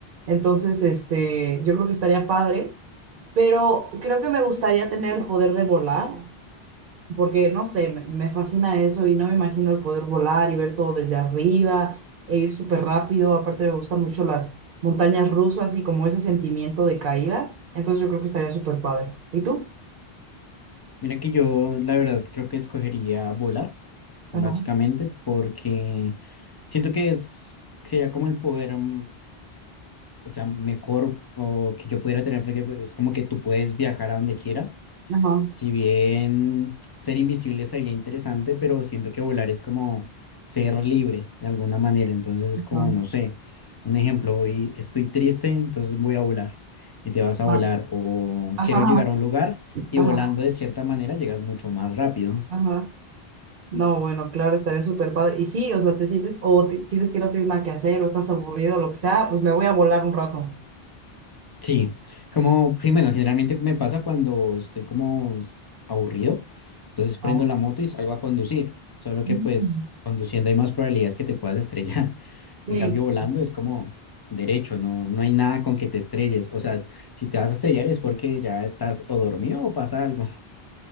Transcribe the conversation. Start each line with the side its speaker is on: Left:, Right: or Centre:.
Right: Entonces, este, yo creo que estaría padre. Pero creo que me gustaría tener el poder de volar, porque no sé, me, me fascina eso y no me imagino el poder volar y ver todo desde arriba e ir súper rápido. Aparte me gustan mucho las montañas rusas y como ese sentimiento de caída. Entonces yo creo que estaría súper padre. ¿Y tú?
Left: Mira que yo, la verdad, creo que escogería volar,
Right: Ajá,
Left: básicamente, porque siento que es, sería como el poder, mm, o sea, mejor o que yo pudiera tener, porque pues, es como que tú puedes viajar a donde quieras
Right: ajá,
Left: Si bien ser invisible sería interesante, pero siento que volar es como ser libre de alguna manera. Entonces es
Right: ajá,
Left: como, no sé, un ejemplo, hoy estoy triste, entonces voy a volar y te vas a
Right: ajá,
Left: volar o
Right: ajá,
Left: quiero llegar a un lugar y
Right: ajá.
Left: volando de cierta manera llegas mucho más rápido.
Right: ajá. No, bueno, claro, estaría súper padre. Y sí, o sea, te sientes, o te- sientes que no tienes nada que hacer, o estás aburrido, lo que sea, pues me voy a volar un rato.
Left: Sí, como, sí, bueno, generalmente me pasa cuando estoy como s- aburrido, entonces prendo
Right: Ah.
Left: la moto y salgo a conducir, solo que
Right: Mm.
Left: pues conduciendo hay más probabilidades que te puedas estrellar, <laughs>
Right: Sí.
Left: en cambio volando es como derecho, no, no hay nada con que te estrelles, o sea, es- si te vas a estrellar es porque ya estás o dormido o pasa algo,